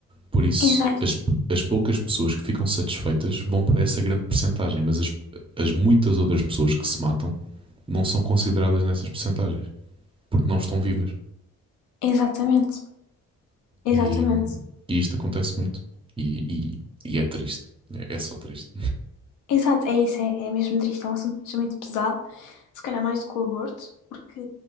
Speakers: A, on the right; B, on the left.
A: Por isso,
B: Exato.
A: as, as poucas pessoas que ficam satisfeitas vão para essa grande percentagem, mas as, as muitas outras pessoas que se matam não são consideradas nessas percentagens, porque não estão vivas.
B: Exatamente. Exatamente.
A: E, e isto acontece muito. E, e- e é triste. É, é só triste.
B: Exato, é isso, é, é mesmo triste, é um assunto mesmo muito pesado, se calhar mais do que o aborto, porque